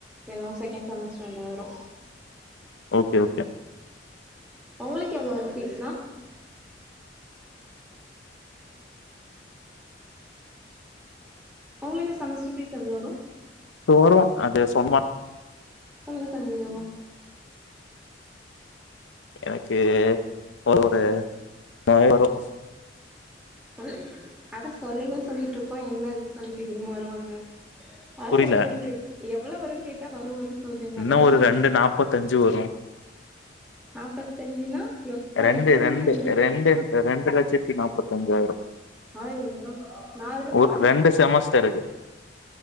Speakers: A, in the centre; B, on the left.
A: இன்னு செகண்ட் செமஸ்ர் ரெண்டு வரு
B: ஓகே ஓகே
A: ஒங்ளுக்கு எவ்ளோ வரு ஃபீஸ்லா ஒங்ளுக்கு செமஸ்டர் பீஸ் எவ்ளோ வரு
B: தோறு அது சொன்னா
A: சொல்லுங்க சொல்லுங்க
B: எனக்கு ஒரு பை மோரோ
A: சொல்ல அட சொல்லுங்கன்னு சொல்லிட்டு இருக்கோம் என்ன இது சொல்லிட்டு இருக்கீங்க வரும் வருமனு அதா
B: புரில
A: எவ்ளோ வருன கேட் எவ்ளோ வருனு கேட்டா வரு வரு சொல்றீங்க
B: இன்னோ
A: அதா எவ்ளோ
B: ஒரு ரெண்டு நாப்பத்தஞ்சு வரு
A: நாப்பத்தஞ்சுனா எப்ப
B: ரெண்டு
A: லட்சமா
B: ரெண்டு
A: என்ன
B: ரெண்டு ரெண்டு லட்சத்தி நாபத்தஞ்சாயிரோ
A: அய்யய்யோ நா அதுல
B: ஒரு
A: பாதிக்
B: ரெண்டு செமஸ்டரு இது